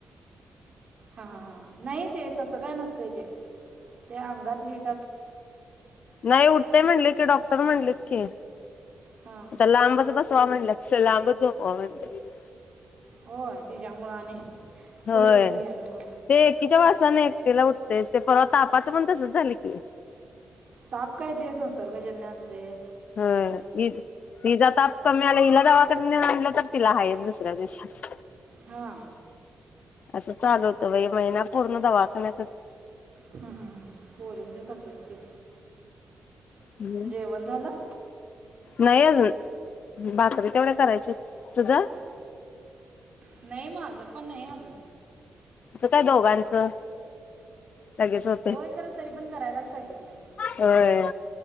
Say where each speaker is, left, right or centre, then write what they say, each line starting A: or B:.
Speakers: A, on the right; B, on the left.
A: हा हा हा. नाही ते तसं काय नसतंय ते. त्या अंगात हिट
B: नाही उठतय म्हणले की डॉक्टर म्हणलेत की
A: हां
B: लांबच बस झोपवा लांब च झोपवा म्हटल्या त.
A: हो तिच्यामुळं आणि
B: होय
A: पोरीसनी घ्या नको
B: ते एकीच्या वासाने एकटेला उ तेच ते परत तापाचं पण तसच झालं की.
A: ताप काय ते संसर्गजन्य असतय.
B: होय हिचा ताप कमी आला हिला दवाखान्यात नेऊन आणलं तर. तिला हायच दुसऱ्या दिवशी.
A: हा.
B: असं चालू होत बाई महिना पूर्ण दवाखान्यातच.
A: हम्म हम्म हम्म पोरींचं तसच की.
B: हम्म
A: जेवण झालं
B: नाही अजून. भाकरी तेवढ्या करायच्या तुझं.
A: नाही माझं पण नाही अजून.
B: तस काय दोघांचं. लगेच होतंय
A: होय खरं तरी पण करायलाच पाहिजे की बाई
B: होय,